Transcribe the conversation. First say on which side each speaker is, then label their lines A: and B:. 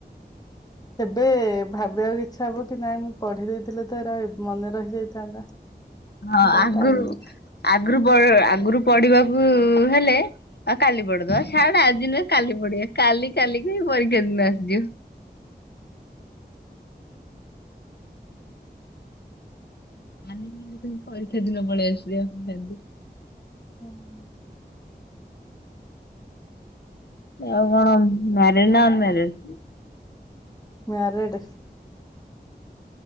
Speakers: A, on the left (about 20°); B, on the left (about 70°).
A: ସେବେ ଭାବିବାକୁ ଇଚ୍ଛା ହବ କି ନାଇଁ ମୁଁ ପଢି ଦେଇଥିଲେ ଥରେ ମନେ ରହିଯାଇଥାନ୍ତା।
B: ହଁ
A: କିନ୍ତୁ
B: ଆଗରୁ
A: ଆଉ ଟାଇମ୍ ନଥାଏ।
B: ଆଗରୁ ପ ଆଗୁରୁ ପଢିବାକୁ ହେଲେ ଆଉ କାଲି ପଢିଦବା ଛାଡେ ଆଜି ନୁହେଁ କାଲି ପଢିଆ। କାଲି କାଲିକି ହିଁ ପରୀକ୍ଷା ଦିନ ଆସିଯାଏ। କାଲି କାଲି କହିପରୀକ୍ଷା ଦିନ ପଳେଇ ଆସିବ ନିହାତି।
A: ହଁ।
B: ଆଉ ତମେ କଣ ମ୍ୟାରିଡ୍ ନାଁ ଅନ୍ ମ୍ୟାରେଡ୍?
A: ମ୍ୟାରେଡ଼େ।